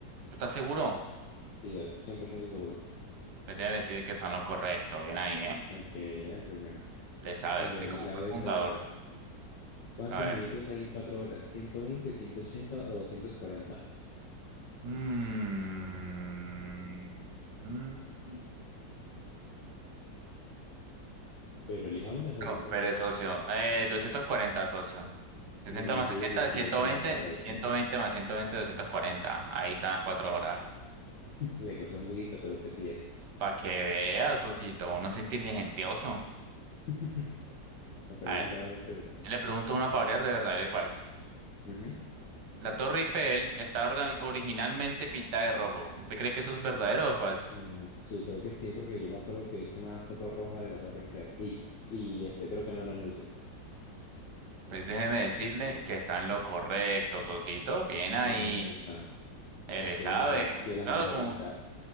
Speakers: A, on the right; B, on the left.
A: ¿Estás seguro?
B: Quizás 100% seguro.
A: Pues debe decir que está en lo correcto. Bien ahí, ¿eh?
B: Para que vean, socio.
A: Le sabe
B: Ah, mire,
A: usted
B: le
A: como
B: hago
A: fue
B: esta
A: fundador.
B: yo ahora. ¿Cuántos
A: A ver.
B: minutos hay en cuatro horas? Ciento veinte, ciento ochenta o 240.
A: Mm, mm,
B: Pero elija una, socio,
A: no,
B: entonces.
A: pero socio. Eh, doscientos cuarenta socio. 60
B: Déjeme
A: más
B: decirle
A: sesenta,
B: que sí
A: ciento
B: está
A: veinte,
B: en lo correcto.
A: y 120 más ciento veinte, doscientos cuarenta. Ahí están las cuatro horas.
B: Le costó un poquito, pero pues sí es.
A: Para que veas, socito. Uno es inteligentioso.
B: <laughs> O pregunta
A: A ver,
B: ahora usted, socio.
A: Le pregunto una para variar de verdadero y falso.
B: Ujú.
A: La Torre Eiffel está organi- originalmente pintada de rojo. ¿Usted cree que eso es verdadero o falso?
B: Mm, sí, creo que sí, porque yo me acuerdo que hice una foto roja de la Torre Eiffel. Y, y este, creo que no eran luces.
A: Pues déjeme decirle que está en lo correcto, Sosito. Bien ahí.
B: Epa.
A: Él
B: a
A: le
B: que
A: sabe.
B: vean, yo la mandé
A: Claro, como...
B: a pintar.